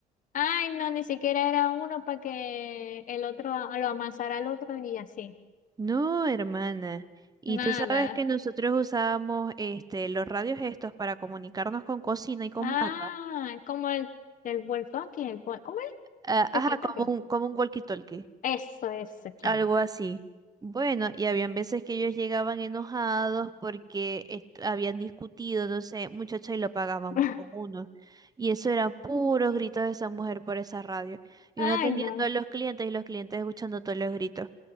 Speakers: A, on the left; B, on the right.
A: Ay, no, ni siquiera era uno para que el otro a- lo amasara al otro y así.
B: No, hermana. Y
A: Nada.
B: tú sabes que nosotros usábamos este, los radios estos para comunicarnos con cocina y con
A: Ah,
B: barra.
A: como el del volcán, que el vol- ¿cómo es?
B: Ah,
A: Tequito,
B: ajá, como
A: que
B: un, como un walkie-talkie.
A: Eso es, chama.
B: Algo así. Bueno, y habían veces que ellos llegaban enojados porque est- habían discutido, no sé, muchacha, y lo pagaban
A: <laughs>
B: con uno. Y eso eran puros gritos de esa mujer por esa radio. Y
A: Ay,
B: uno atendiendo
A: no,
B: a los clientes y los clientes escuchando todos los gritos.